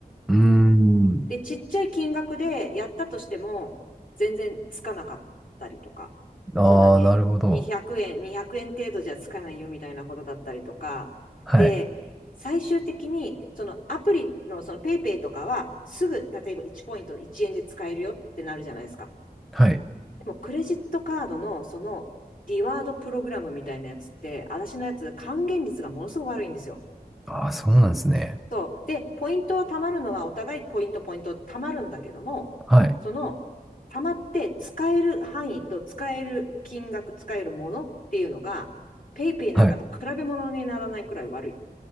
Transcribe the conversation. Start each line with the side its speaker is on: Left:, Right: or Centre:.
Centre: うーん。
Left: で、ちっちゃい金額でやったとしても、全然つかなかったりとか、
Centre: ああ、
Left: そんなね、
Centre: なるほど。
Left: 200円、200円程度じゃつかないよみたいなことだったりとか、
Centre: はい。
Left: で、最終的に、そのアプリのそのペイペイとかは、すぐ、例えば1ポイント1円で使えるよってなるじゃないですか。
Centre: はい。
Left: でも、クレジットカードの、その、リワードプログラムみたいなやつって、私のやつ、還元率がものすごく悪いんですよ。
Centre: ああ、そうなんですね。
Left: そう。で、ポイントは貯まるのは、お互いポイント、ポイント貯まるんだけども、
Centre: はい。
Left: その、貯まって使える範囲と使える金額、使えるものっていうのが、ペイペイなんかと比べ物にならないくらい悪い。
Centre: はい。